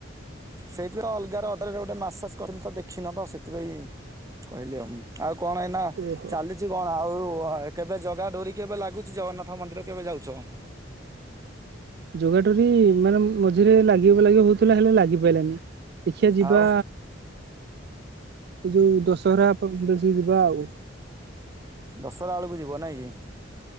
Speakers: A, on the right; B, on the right.
A: ସେଇଥିପାଇଁ ଅଲଗା ଅଦରେ ଗୋଟେ ମାଛାସ କରିଥିଲି ତ ଦେଖିନ ତ ସେଥିପାଇଁ କହିଲି ଆଉ ଆଉ କଣ ନା
B: ଓହୋ
A: ଚାଲିଛି କଣ ଆଉ କେବେ ଜଗା ଡୋରି କେବେ ଲାଗୁଛି ଜଗନ୍ନାଥ ମନ୍ଦିର କେବେ ଯାଉଛ?
B: ଯୋଗାଟରି ମାନେ ମଝିରେ ଲାଗିବ ଲାଗି ହଉଥିଲା ହେଲେ ଲାଗିପଲାନି। ଦେଖିବା ଯିବା
A: ଆଉ
B: ଏ ଯୋଉ ଦଶହରା ବଳସିକି ଯିବା ଆଉ।
A: ଦଶହରା ବେଳକୁ ଯିବ ନାଇଁ କି?